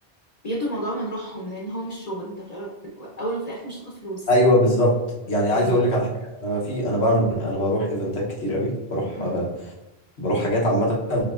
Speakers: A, on the left; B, on the left.
A: بيدوا الموضوع من روحهم لأن هو مش شغل انت في الأول في الأول وفي الآخر مش تاخد فلوس
B: ايوه بالظبط يعني عايز
A: أيوه
B: اقول لك على حاجة انا في انا بعمل انا بروح ايفنتات كتير قوي بروح
A: مم.
B: آه، بروح حاجات عامة